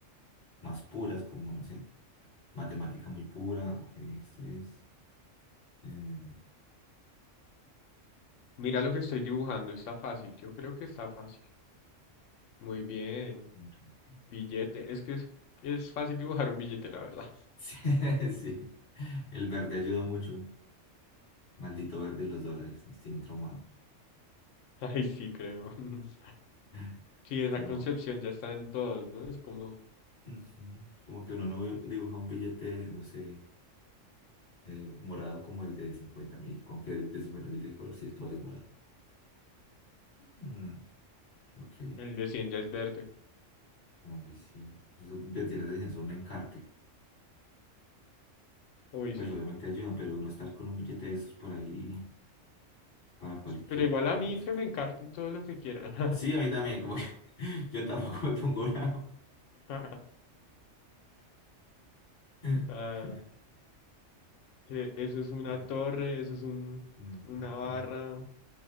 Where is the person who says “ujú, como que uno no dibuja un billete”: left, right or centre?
Left